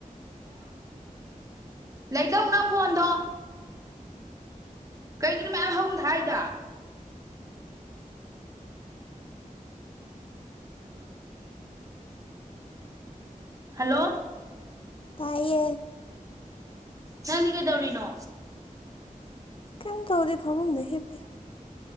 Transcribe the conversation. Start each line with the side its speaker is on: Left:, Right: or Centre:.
Right: ꯂꯩꯗꯧ ꯅꯪ ꯐꯣꯟꯗꯣ ꯀꯩꯒꯤꯅꯣ ꯃꯌꯥꯝ ꯍꯧꯆ ꯊꯥꯏꯗꯣ ꯍꯜꯂꯣ
Left: ꯇꯥꯏꯌ‌ꯦ
Right: ꯅꯪꯗꯤ ꯀꯩꯗꯧꯔꯤꯅꯣ
Left: ꯀꯝ ꯇꯧꯗꯤ ꯐꯥꯃ ꯍꯗ ꯍꯦꯠꯇꯦ